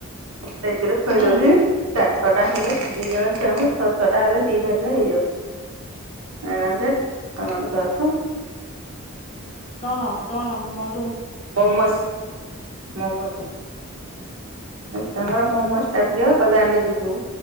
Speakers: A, on the right (about 80°); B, on the left (about 30°).
A: ସେଇଥିରେ ଥୋଇ
B: ହୁଁ
A: ଦଉଛି। ଚାରି ଛଅଟା ହେଲେ ଦି ଜଣ ଛୁଆଙ୍କୁ ଛଅ ଛଅଟା ହେଲେ ଦି ଭାରିରେ ହେଇ ହେଇ ଆଉଛି। ଅରାମସେ ଟମାଟ ସସ ଏ
B: ତଣ ତଣ ମ
A: ମମସ୍! ମମସ
B: ହୁଁ
A: ଆ
B: ହୁଁ
A: ଛୁଆଙ୍କର ମମୋସ୍ ଟା ଯଦି ହବ କହିବେ ଆମେ ଯିବୁ।